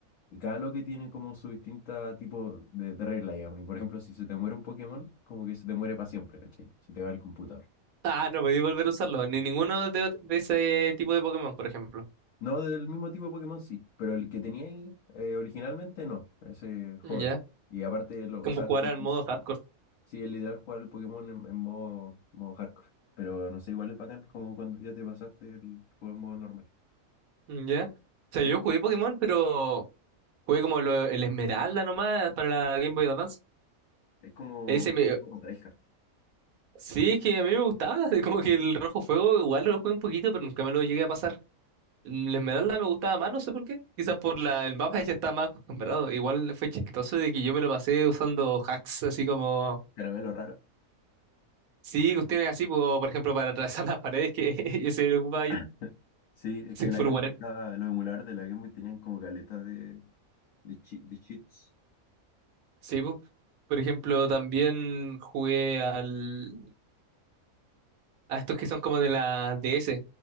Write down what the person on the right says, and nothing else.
Ah, no podía volver a usarlo, ni ninguno de, ot- de ese tipo de Pokémon, por ejemplo.
Ya.
Como
jugar
al modo hardcore.
Ya. O sea,
yo jugué Pokémon, pero Jugué como lo- el Esmeralda nomás para la Game Boy Advance.
Ese me-
Sí, es que a mí me gustaba. <laughs> Como que el Rojo Fuego igual lo jugué un poquito, pero nunca me lo llegué a pasar. El Esmeralda me gustaba más, no sé por qué. Quizás por la... el mapa ya estaba más acostumbrado. Igual fue chistoso de que yo me lo pasé usando hacks, así como...
Sí, cuestiones así, po, por ejemplo, para atravesar <laughs> las paredes que <laughs> ese lo ocupaba yo.
Sí,
fue
un guarén.
Sí, po. Por ejemplo, también jugué al... a estos que son como de la D S